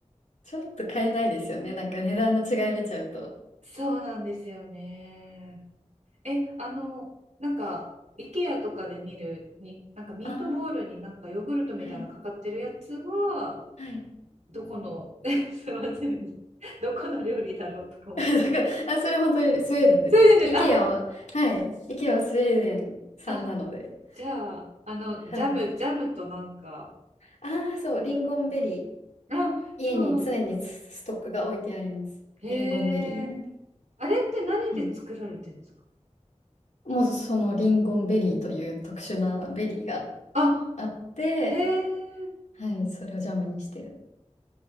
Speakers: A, on the left; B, on the right.
A: ちょっと買えないですよね。なんか値段の違い見ちゃうと。
B: そうなんですよね。え、あのなんか IKEA とかで見るになんかミートボールになんかヨーグルトみたいなのかかってるやつは
A: ああー、はい、はい。
B: どこの <laughs> すいませんどこの料理だろうとか思って
A: <laughs> だから、あ、それ本当にスウェーデンですよ。
B: それでねあ
A: IKEA は、はい、IKEA はスウェーデン産なので。
B: あじゃあ、あの、ジャム、
A: はい。
B: ジャムとなんか、
A: ああ、そう、
B: なんか、
A: リンゴンベリー。
B: あ、
A: 家に常にスストックが置いてあります。
B: そう、なんか、へえ、
A: リンゴンベリーね。
B: あれって何で作られてるんですか
A: はいもうそのリンゴンベリーという特殊なベリーが
B: あ、
A: あって、
B: へえ、
A: はい、それをジャムにしてる。